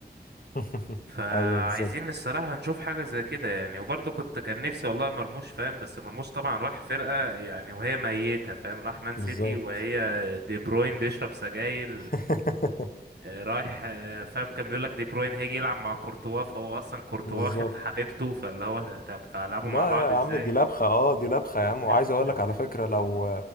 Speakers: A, on the left (about 55°); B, on the right (about 75°).
A: <laughs>
B: فعايزين
A: ايوه بالظبط
B: الصراحة نشوف حاجة زي كده يعني وبرضه كنت كان نفسي والله مرموش فاهم بس مرموش طبعا راح فرقة يعني وهي ميتة فاهم راح مان سيتي
A: بالظبط
B: وهي دي بروين بيشرب سجاير
A: <laughs>
B: آه، رايح آه، فاهم كان بيقول لك دي بروين هيجي يلعب مع كورتوا فهو أصلا كورتوا
A: بالظبط
B: واخد حبيبته فاللي هو طب هتلعبوا
A: لا
B: مع بعض
A: يا
B: ازاي
A: عم دي لبخة اه دي لبخة يا عم
B: <laughs>
A: وعايز اقول لك على فكرة لو